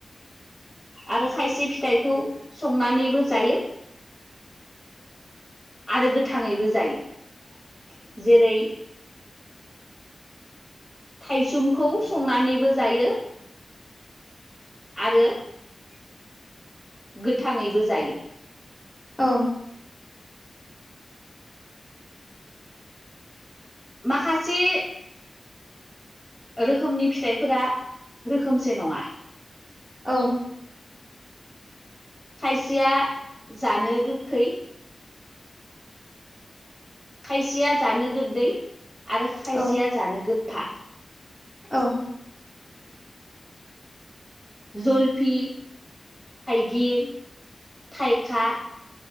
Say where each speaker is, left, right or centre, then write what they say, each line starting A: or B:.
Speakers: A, on the left; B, in the centre.
A: आरो खायसे फिथाइखौ संनानैबो जायो। आरो गोथाङैबो जायो जेरै थाइसुमखौ संनानैबो जायो आरो
B: <inaudible>
A: गोथाङैबो जायो।
B: औ।
A: माखासे रोखोमनि फिथाइफोरा रोखोमसे नङा।
B: औ।
A: खायसेया जानो गोखै। खायसेया जानो गोददै आरो खायसेया
B: औ
A: जानो गोफफा।
B: औ
A: जलफि थाइगिर थाइखा